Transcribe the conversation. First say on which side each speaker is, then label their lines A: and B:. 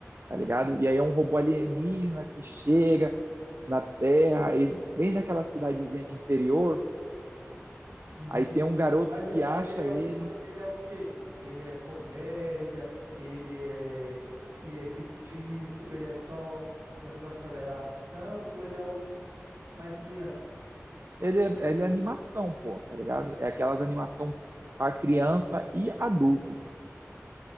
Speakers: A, on the right; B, on the right.
A: tá ligado? E aí é um robô alienígena
B: Uhum.
A: que chega na Terra, e bem naquela cidadezinha de interior,
B: Uhum.
A: aí tem um garoto
B: Mas,
A: que
B: é- mas
A: acha
B: ele é
A: ele.
B: o quê? Mas ele é o quê? Ele é comédia, ele é, ele é fictício, ele é só, como é que eu posso te falar? É ação ou ele é um mais criança?
A: Ele é, ele é animação, pô, tá ligado? É aquelas animação para criança e adulto,